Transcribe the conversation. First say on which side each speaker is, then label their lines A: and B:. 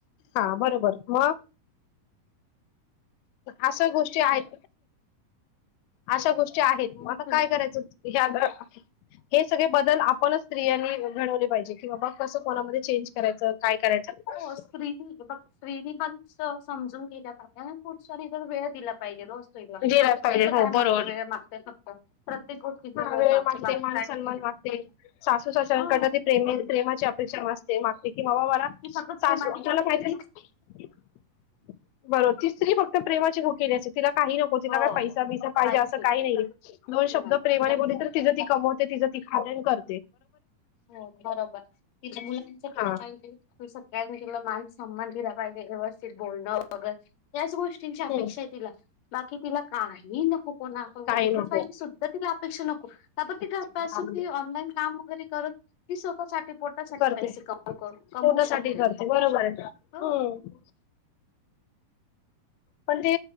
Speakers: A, on the left; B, on the left.
A: हा बरोबर मग असं गोष्टी आहेत. अशा गोष्टी आहेत आता
B: मग
A: म आता काय करायचं? ह्या ग हे सगळे बदल आपणच स्त्रियांनी घडवले पाहिजे की बाबा कसं कोणामध्ये चेंज करायचं काय करायचं
B: हो स्त्री बघ स्त्रीनी पण स समजून गेल्या पाहिजे आणि पुरुषांनी तर वेळ दिला पाहिजे ओ स्त्रीला
A: गेला
B: ती
A: पाहिजे
B: तर
A: हो
B: काय
A: बरोबर
B: मागते? वेळ मागते फक्त. प्रत्येक गोष्टीचा
A: हा वेळ
B: लागते
A: मागते
B: बाकी
A: मान
B: काहीच
A: सन्मान
B: नाही
A: मागते, सासू सा कारण
B: हा
A: का ती प्रेमी प्रेमाची अपेक्षा बास ते मागते. कि बबा मला,
B: ती फक्त
A: सासू
B: प्रेमाची
A: <unintelligible>
B: तीच
A: बरोबर ती स्त्री <unintelligible> तिला काही नको तिला
B: हो
A: काय पैसा
B: हो
A: बिसा पाहिजे
B: काय
A: असं
B: शिकू
A: काही नाही, दोन शब्द
B: नाही तिला
A: प्रेमाने बोलली
B: हो
A: तर तिचं ती कमवते तिचं ती खाते अन कर
B: हो बरोबर तिथ मुलांच प्रेम
A: हा
B: पाहिजे. <unintelligible> मंदिराला पाहिजे व्यवस्थित बोलणं वगैरे. त्याच गोष्टींची अपेक्षा
A: हम्म
B: आहे तिला. बाकी तिला काही नको. कोणाकडून.
A: काही
B: एक
A: नको
B: रुपयाची सुद्धा तिला अपेक्षा नको. तिपासून
A: दहा मिनिट
B: ती. काम वगैरे करत. ती स्वतःसाठी पोटासाठी
A: करते
B: पैसे क कमवू
A: पोटासाठी
B: शकते.
A: करते बरोबर आहे
B: हो.
A: हम्म पण ते